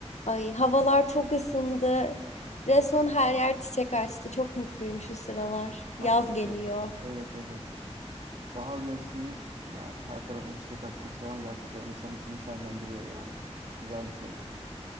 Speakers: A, on the left (about 80°); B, on the right (about 75°).
A: Ay havalar çok ısındı. Resmen her yer çiçek açtı. Çok mutluyum şu sıralar.
B: Hakikaten.
A: Yaz geliyor.
B: Evet evet. Bahar mevsimi yani her tarafın çiçek açması falan gerçekten insanın içini şenlendiriyor yani. Güzel bir şey.